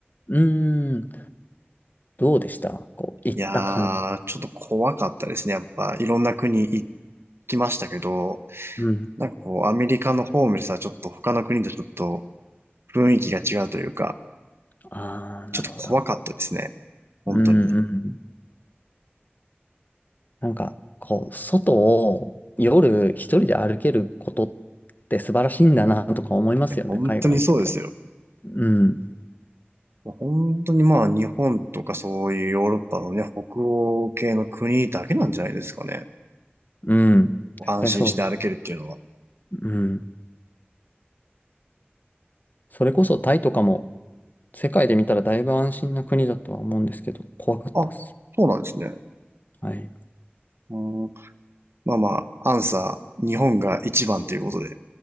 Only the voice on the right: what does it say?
いやー、ちょっと怖かったですね。やっぱ、いろんな国行きましたけど、
なんかこう、アメリカのホームレスはちょっと他の国とちょっと雰囲気が違うというか、
ちょっと怖かったですね。本当に。
い
や本当にそうですよ。
本当にまあ、日本とかそういうヨーロッパのね、北欧系の国だけなんじゃないですかね。
安心して歩けるっていうのは。
あ、そうなんですね。
うん、まあまあ、アンサー、日本が一番ということで。